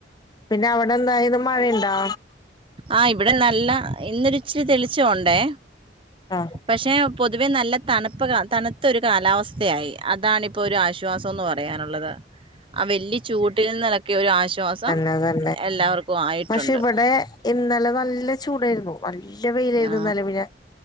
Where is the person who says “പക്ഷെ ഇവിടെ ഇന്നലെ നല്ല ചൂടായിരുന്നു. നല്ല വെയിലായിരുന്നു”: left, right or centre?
Left